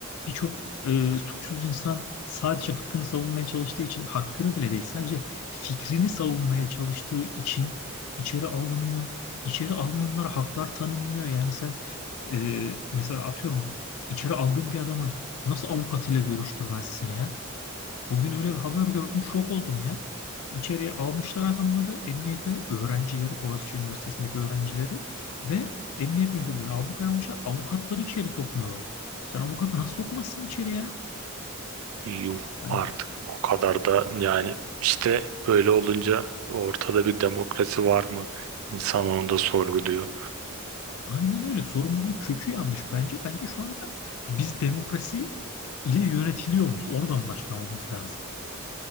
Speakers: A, on the left; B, on the right.
A: birçok e, suçsuz insan sadece hakkını savunmaya çalıştığı için hakkını bile değil sadece fikrini savunmaya çalıştığı için içeri alınıyor. İçeri alınanlara haklar tanınmıyor. Yani sen e, mesela atıyorum içeri aldığın bir adamı nasıl avukatıyla görüştürmezsin ya? Bugün öyle bir haber gördüm, şok oldum ya. İçeriye almışlar adamları, emniyete öğrencileri, Boğaziçi Üniversitesi'ndeki öğrencileri ve emniyet müdürlüğüne ablukaya almışlar. Avukatları içeri sokmuyorlar. Sen avukatı nasıl sokmazsın içeriye?
B: Yuh
A: Hani
B: artık o kadar da yani işte böyle olunca ortada bir demokrasi var mı? İnsan onu da sorguluyor.
A: aynen öyle. Sorumuzun kökü yanlış bence. Bence şu anda biz demokrasi ile yönetiliyor muyuz? Oradan başlamamız lazım.